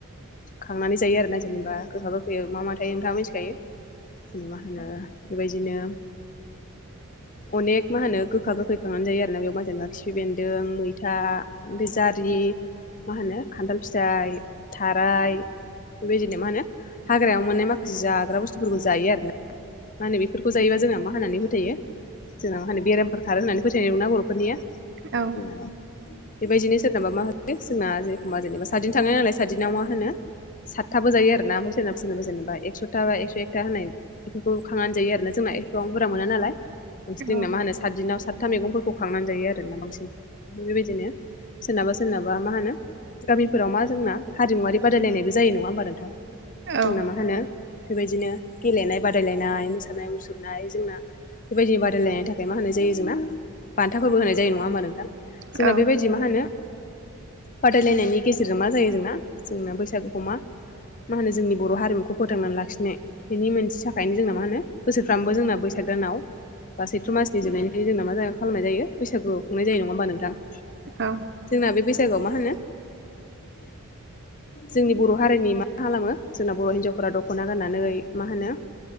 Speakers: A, on the left; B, on the right.
A: खांनानै जायो आर ना जेनेबा गोखा गोखैयाव मा मा थायो नोंथाङा मिथिखायो <inaudible> मा होनो बेबायदिनो अनेक मा होनो गोखा गोखै खांनानै जायो आरो ना बे मा जेनबा खिफि बेन्दों दों मैथा ओमफ्राय जारि मा होनो खान्थाल फिथाइ थाराय बेबायदिनो मा होनो हाग्रायाव मोननाय माखासे जाग्रा बुस्थुफोरखौ जायो आरो ना मा होनो बेफोरखौ जायोबा जोंना मा होननानै फोथायो जेननाव मा होनानि बेरामफोर खारो होननानै फोथायनाय दं ना बर'फोरनिया
B: औ
A: जोंना बेबायदिनो सोरनाबा मा होयो जोंना जेरेखम जेनेबा सादिन थांनाय नालाय सातदिनाव मा होनो सातथाबो जायो ना ओमफ्राय सोरनाबा सोरनाबा जेनबा एकस'था एक्स' एकथा होनाय बेफोरखौ खांनानै जायो आरो जोंना एफबां बुरजा मोना नालाय बांसिन जोंना
B: औ
A: मा होनो सात दिनाव सातथा मैगंफोरखौ खांनानै जायो आरोना बांसिन बेबायदिनो सोरनाबा सोरनाबा मा होनो गामिफोराव मा जोंना हारिमुवारि बादायलायनायबो जायो नङा होमबा नोंथां
B: औ
A: जोंना मा होनो बेबायदिनो गेलेनाय बादायलायनाय मोसानाय मुसुरनाय जोंना बेबायदि बादायलायनायनि थाखाय बेओ मा होनाय जायो जोंना बान्थाफोरबो होनाय जायो नङा होमबा नोंथां
B: औ
A: जोंना बेबायदि मा होनो बादायलायनायनि गेजेरजों मा जायो जोंना जोंना बैसागुखौ मा मा होनो जोंनि बर' हारिमुखौ फोथांनानै लाखिनाय बेनि मोनसे थाखायनो जोंना मा होनो बोसोरफ्रोमामबो जोंना बैसाग दानाव बा सैथ्र मासनि जोबनायनिफ्राय जोंना मा ज खालामनाय जायो बैसागु खुंनाय जायो नङा होमबा नोंथां
B: औ
A: जोंना बे बैसागुआव मा होनो जोंनि बर' हारिनि माा खालामो जोंना बर' हिन्जावफोरा दख'ना गाननानै मा होनो